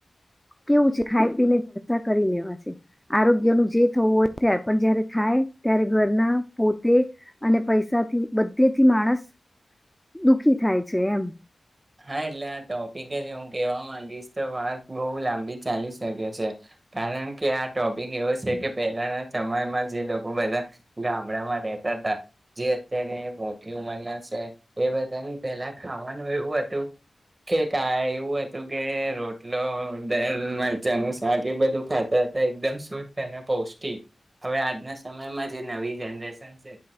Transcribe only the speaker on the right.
હા એટલે આ ટોપિક જ હું કહેવા માંગીશ તો વાત બહુ લાંબી ચાલી શકે છે કારણ કે આ ટોપિક એવો છે કે પહેલાના સમયમાં જે લોકો બધા ગામડામાં રેતા હતા જે અત્યારે મોટી ઉંમરના છે એ બધાની પેલા ખાવાનું એવું હતું તો કે કાઈ એવું હતું કે રોટલો દલ મરચાંનું શાક એ બધું ખાતા હતા એકદમ શુદ્ધ અને પૌષ્ટિક હવે આજના સમયમાં જે નવી જનરેશન છે